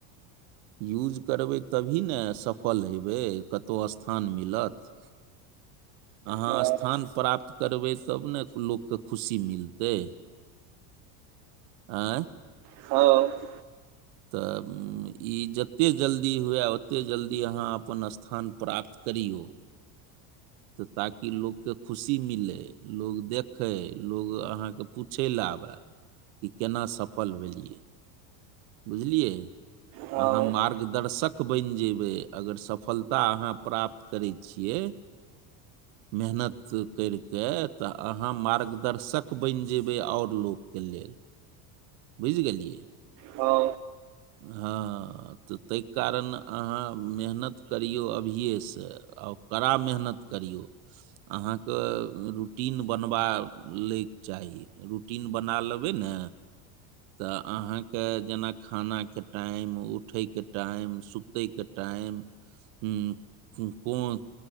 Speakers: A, on the right; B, on the right.
A: युज करबय तभी ने सफल हेबय कतऊ स्थान मिलत <inaudible> अहाँ
B: हँ
A: स्थान प्राप्त करबय तब नऽ लोकके खुशी मिलतय एअ
B: ह
A: तऽ इ जते जल्दी हुए ओते जल्दी अहाँ अपन स्थान प्राप्त। करियौओ तऽ ताकि लोककेँ खुशी मिलय लोक देखय लोक अहाँके पूछय लै आबय कि केना सफल भेलिय्य बुझलियै
B: हँ
A: अहाँ मार्गदर्शक बन जेयबय अगर सफलता अहाँ प्राप्त कर छिय मेहनत कएर के तऽ अहाँ मार्गदर्शक बन जेबय आओर लोकके लेल बुझ गेलिय्य
B: हा
A: हँ तऽ तैय कारण अहाँ मेहनत करियौ अभियए सै आउ कड़ा मेहनत करियौ अहाँके रूटीन बनबा लैय चाही रूटीन बना लेबय ने। तऽ अहाँके जेना खानाके टाइम उठयके टाइम सुतयके टाइम ह कोन